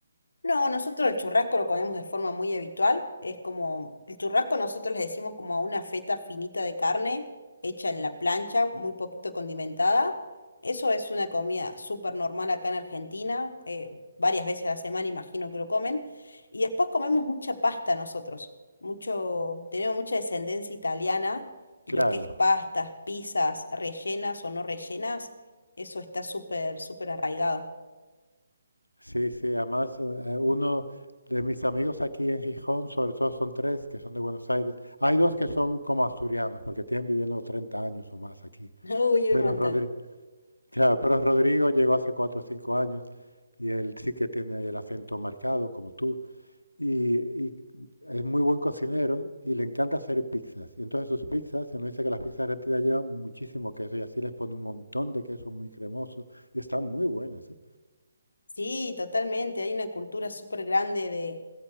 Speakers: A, on the left; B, on the left.
A: No, nosotros el churrasco lo comemos de forma muy habitual. Es como, el churrasco nosotros le decimos como a una feta finita de carne hecha en la plancha, muy poquito condimentada. Eso es una comida súper normal acá en Argentina. eh, varias veces a la semana imagino que lo comen. Y después comemos mucha pasta nosotros. Mucho, tenemos mucha descendencia italiana y
B: Claro.
A: lo que es pastas, pizzas, rellenas o no rellenas, eso está súper, súper arraigado.
B: Sí, sí, además eh, eh, uno de mis amigos aquí en Gijón, sobre todo son tres que son de Buenos Aires. Hay dos que son como asturianos, porque tienen viviendo 30 años o más aquí.
A: <laughs> Uy,
B: Pero
A: un montón.
B: Rodrigo, claro, pero Rodrigo llegó hace 4 o 5 años y él sí que tiene el acento marcado, como tú. Y, y es muy buen cocinero y le encanta hacer pizzas. Y entonces sus pizzas, se nos dice que las pizzas argentinas llevan muchísimo queso y así les pone un montón de queso muy cremoso y están muy buenas, ¿eh?
A: Sí, totalmente. Hay una cultura súper grande de,